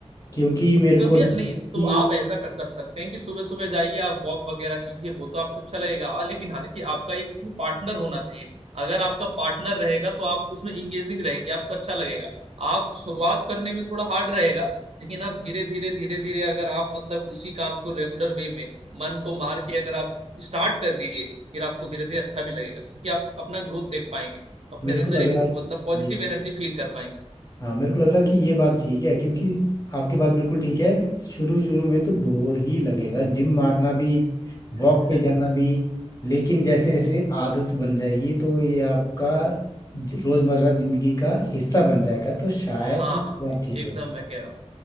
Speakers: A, on the left; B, on the right.
A: क्योंकि मेरे
B: तो भैया
A: को कि
B: नहीं तो आप ऐसा कर, कर सकते हैं कि सुबह सुबह जाइए आप वॉक वगैरह कीजिए वो तो आपको अच्छा लगेगा और लेकिन हाँ देखिए आपका एक इसमें पार्टनर होना चाहिए अगर आपका पार्टनर रहेगा तो आप उसमें इंगेजिंग रहेंगे आपको अच्छा लगेगा आप शुरुआत करने में थोड़ा हार्ड रहेगा लेकिन आप धीरे धीरे धीरे धीरे अगर आप मतलब उसी काम को रेगुलर वे में मन को मार के अगर आप स्टार्ट कर दिए फिर आपको धीरे धीरे अच्छा भी लगेगा क्योंकि आप अपना ग्रोथ देख पाएंगे अपने
A: मेरे
B: अंदर
A: को लग
B: एक
A: रहा है
B: मतलब पॉजिटिव एनर्जी फील कर
A: हाँ मेरे को लग रहा कि ये बात ठीक है क्योंकि आपकी बात बिल्कुल ठीक है शुरू शुरू में तो बोर ही लगेगा जिम मारना भी
B: पाएंगे
A: वॉक पे जाना भी लेकिन जैसे
B: <laughs>
A: जैसे आदत बन जाएगी तो ये आपका ज- रोजमर्रा जिंदगी का हिस्सा बन जाएगा तो शायद
B: हाँ हाँ
A: बात ठीक
B: एकदम
A: हो जाए
B: मैं कह रहा हूँ